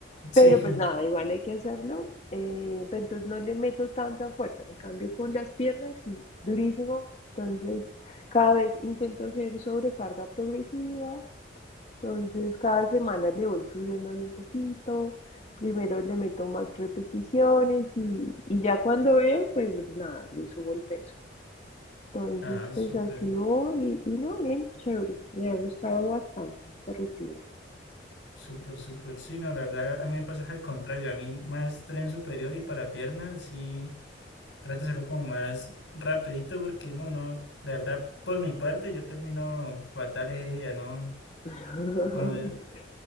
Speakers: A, on the left; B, on the left.
A: Sí,
B: Pero pues
A: <laughs>
B: nada, igual hay que hacerlo. eh, pero entonces no le meto tanta fuerza. En cambio, con las piernas sí, durísimo. Entonces, cada vez intento hacer sobrecarga progresiva. Entonces, cada semana le voy subiendo ahí un poquito. Primero le meto más repeticiones y, y ya cuando veo, pues nada, le subo el peso. Entonces,
A: ah, súper,
B: pues así voy y, y no, bien, chévere. Me ha gustado bastante esta rutina.
A: súper, súper. Sí, no, la verdad a mí me pasa al contrario, a mí más tren superior y para pierna, sí, trato de hacerlo como más rapidito porque no, no, la verdad por mi parte yo termino fatal ese día, ¿no?
B: <laughs>
A: Como